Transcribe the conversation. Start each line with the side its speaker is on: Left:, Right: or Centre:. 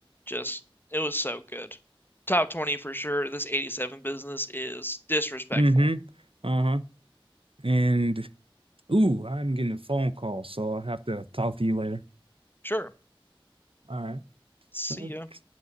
Left: Just it was so good. Top 20 for sure. This 87 business is disrespectful.
Right: Mm-hmm. Uh-huh. And Ooh, I'm getting a phone call, so I'll have to talk to you later.
Left: Sure.
Right: All right.
Left: See ya.